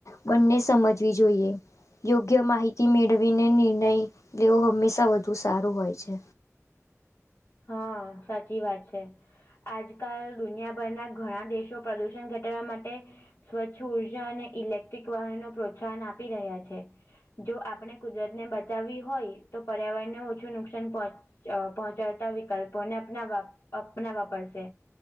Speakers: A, on the left; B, on the left.
A: બંને સમજવી જોઈએ યોગ્ય માહિતી મેળવીને નિર્ણય લેવો હંમેશા તા વધુ સારું હોય છે
B: હા, સાચી વાત છે આજકાલ દુનિયાભરના ઘણા દેશો પ્રદુષણ ઘટાડવા માટે સ્વચ્છ ઉર્જા અને ઇલેક્ટ્રિક વાહનો પ્રોત્સાહન આપી રહ્યા છે જો આપણે કુદરત ને બચાવવી હોય તો પર્યાવરણ ને ઓછું નુકસાન પહોચ પહોંચાડતા વિકલ્પોને અપનાવા અપનાવા પડશે